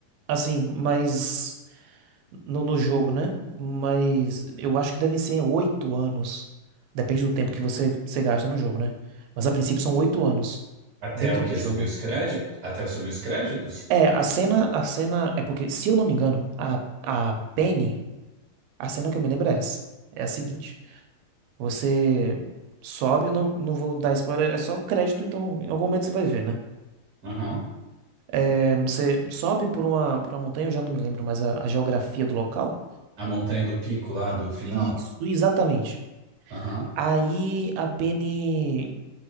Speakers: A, on the right; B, on the right.
A: assim, mas no, no jogo, né? Mas eu acho que devem ser oito anos. Depende do tempo que você, você gasta no jogo, né? Mas a princípio são oito anos
B: Até
A: dentro
B: o quê?
A: do jogo.
B: Subir os créditos? Até subir os créditos?
A: É, a cena, a cena é porque, se eu não me engano, a, a Penny, a cena que eu me lembro é essa. É a seguinte: você sobe, não, não vou dar spoiler, é só o crédito, então em algum momento você vai ver, né?
B: Aham.
A: É, você sobe por uma, por uma montanha, eu já não me lembro mais a, a geografia do local.
B: A montanha do pico lá do final?
A: Isso, exatamente.
B: Aham.
A: Aí a Penny,